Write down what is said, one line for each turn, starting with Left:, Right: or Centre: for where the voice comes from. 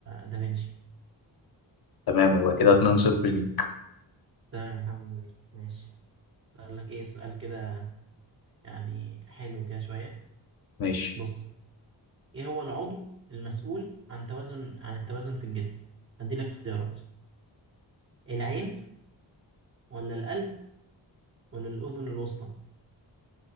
Right: دافنشي
Left: تمام يبقى كده 2-0 ليك
Right: تمام الحمد لله ماشي اقول لك ايه سؤال كده يعني حلو كده شويه
Left: ماشي
Right: بص ايه هو العضو المسؤول عن توازن عن التوازن في الجسم هدي لك اختيارات العين ولا القلب ولا الاذن الوسطى